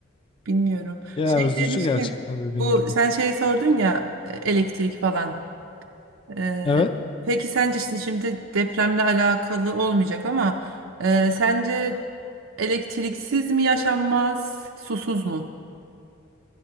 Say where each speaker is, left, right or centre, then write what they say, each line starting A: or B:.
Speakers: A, on the right; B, on the left.
A: Bilmiyorum.
B: ya
A: Şey
B: üzücü
A: demiş
B: gerçekten
A: ki,
B: dediğin
A: bu
B: gibi.
A: sen şey sordun ya e, elektrik falan. Ee,
B: Evet.
A: peki sence si-, şimdi depremle alakalı olmayacak ama e, sence elektriksiz mi yaşanmaz, susuz mu?